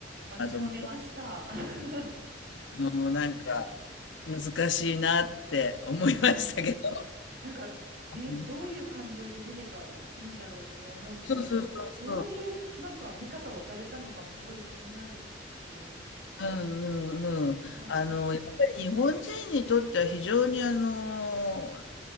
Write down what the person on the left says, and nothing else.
アマゾンプライ
ム。もうなんか、難しいなって思いましたけど。
うん
そうそうそうそう。
うんうんうん。
あの、やっぱり日本人にとっては非常にあの、